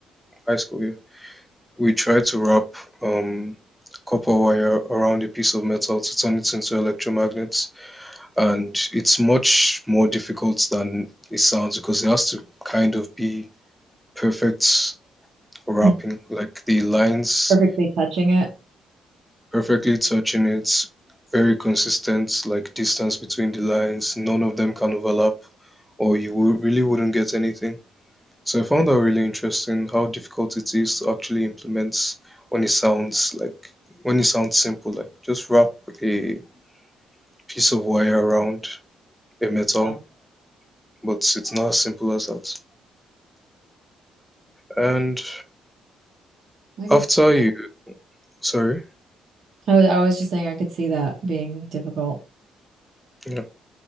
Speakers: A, in the centre; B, on the right.
A: high school, yeah. We tried to wrap um, copper wire around a piece of metal to turn it into electromagnets. and it's much more difficult than it sounds because it has to kind of be perfect rapping,
B: Hmm.
A: like the lines
B: Perfectly touching it.
A: perfectly touching it, very consistent, like distance between the lines, none of them can overlap, or you wou- really wouldn't get anything. So I found that really interesting how difficult it is to actually implement when it sounds like when it sounds simple, like just wrap a piece of wire around a metal,
B: Yeah.
A: but it's not as simple as that. And
B: I could
A: after you, sorry,
B: I was I was just saying I could see that being difficult.
A: yeah,